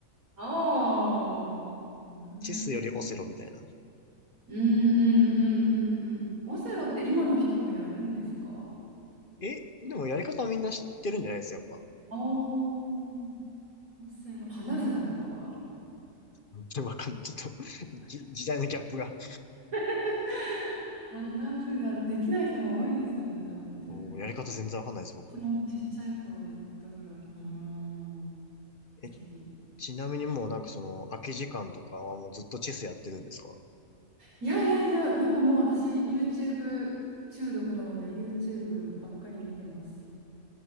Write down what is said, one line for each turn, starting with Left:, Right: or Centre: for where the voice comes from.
Right: ああ、うん、
Left: <laughs> チェスよりオセロみたいな。
Right: うんうんうんうんうん。オセロって今の人もやるんですか
Left: え、でもやり方はみんな知ってるんじゃないですか、やっぱ。
Right: ああー、オセロ、花札とかは
Left: <laughs> でもわかんない。ちょっと <laughs> じ時代のギャップが。
Right: <laughs> 花札、できない人も多いですよね、多分ね。
Left: もうやり方全然わかんないです、僕。
Right: 私もちっちゃい頃やったぐらい。うーん、ぜひ。
Left: え、ちなみにもうなんかその空き時間とかはもうずっとチェスやってるんですか
Right: いやいやいや、なんかもう私 YouTube 中毒なので YouTube ばっかり見てます。